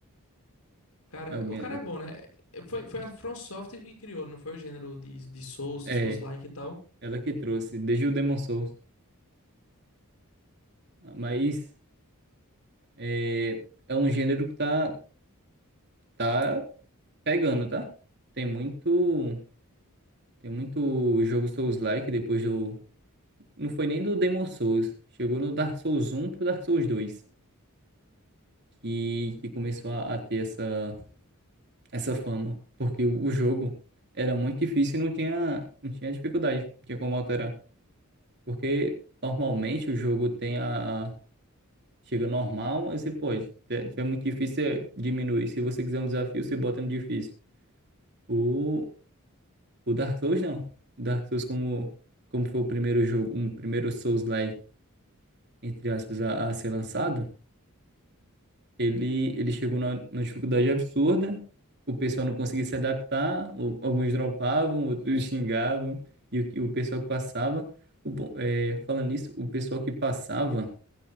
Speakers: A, on the left; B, on the right.
A: Cara,
B: É o Miyazaki.
A: o cara é bom, né? É, Foi, foi a From Software que criou, não foi o gênero de, de Souls,
B: É,
A: Souls-like e tal.
B: ela que trouxe, desde o Demon Souls. Mas é, é um gênero que tá, tá pegando, tá? Tem muito, tem muito jogo Souls-like depois do, não foi nem do Demon Souls, chegou no Dark Souls um pro Dark Souls 2 que que começou a, a ter essa essa fama, porque o, o jogo era muito difícil e não tinha não tinha dificuldade, não tinha como alterar, porque normalmente o jogo tem a a- chega normal, aí você pode, se tiver muito difícil, você diminui. Se você quiser um desafio, você bota no difícil. O, O Dark Souls não. O Dark Souls, como, como foi o primeiro jogo, um primeiro Souls-like, entre aspas, a, a ser lançado, ele, ele chegou na, numa dificuldade absurda, o pessoal não conseguia se adaptar, o- alguns dropavam, outros <laughs> xingavam, e o, que- o pessoal que passava. O, bom- é, falando nisso, o pessoal que passava